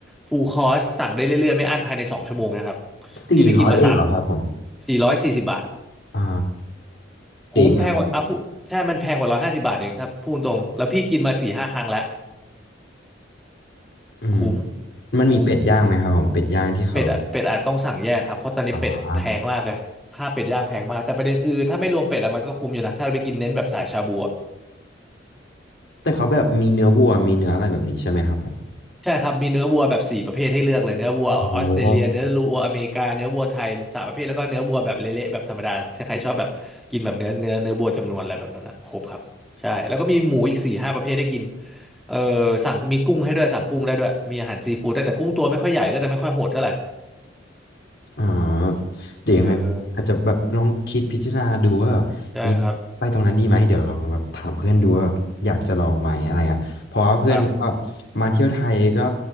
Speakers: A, in the centre; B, on the left.
A: ฟูลคอร์สสั่งได้เรื่อยๆไม่อั้นภายในสองชั่วโมงนะครับ
B: สี่ร้อยเองเหรอครับผม
A: พี่ไปกินมาสามสี่ร้อยสี่สิบบาท
B: อ่า
A: คุ้มแพงกว่าอ่ะพูใช่มันแพงกว่าร้อยห้าสิบบาทเองถ้าพูดตรงแล้วพี่กินมาสี่ห้าครั้งแล้ว
B: เด็กไงผมอืม
A: คุ้ม
B: มันมีเป็ดย่างไหมครับผมเป็ดย่างที่เขา
A: คุ้มคุ้มเป็ดอะเป็ดอาจต้องสั่งแยกครับเพราะตอนนี้เป็ดแพงมากเลยค่าเป็ดย่างแพงมากแต่ประเด็นคือถ้าไม่รวมเป็ดอะมันก็คุ้มอยู่นะถ้าไปกินเน้นแบบสายชาบูอะ
B: อ่าแต่เขาแบบมีเนื้อวัวมีเนื้ออะไรแบบนี้ใช่ไหมครับผม
A: ใช่ครับมีเนื้อวัวแบบสี่ประเภทให้เลือกเลยเนื้อวัวออสเตรเลียเนื้อวัวอเมริกาเนื้อวัวไทยสามประเภทแล้วก็เนื้อวัวแบบเละๆแบบธรรมดาถ้าใครชอบแบบกินแบบเนื้อเนื้อเนื้อวัวจำนวนอะไรแบบนั้นนะครบครับใช่แล้วก็มีหมูอีกสี่ห้าประเภทให้กิน
B: โอ้โห
A: เออสั่งมีกุ้งให้ด้วยสั่งกุ้งได้ด้วยมีอาหารซีฟู้ดได้แต่กุ้งตัวไม่ค่อยใหญ่ก็จะไม่ค่อยโหดเท่าไหร่
B: อ่าเดี๋ยวยังไงอาจจะแบบลองคิดพิจารณาดูว่าแบบยังไปตรงนั้นดีไหมเดี๋ยวลองแบบถามเพื่อนดูว่าอยากจะลองไหมอะไรเงี้ยเพราะว่าเพื่อนก็
A: เออใช่ครับ ครับ
B: มาเที่ยวไทยก็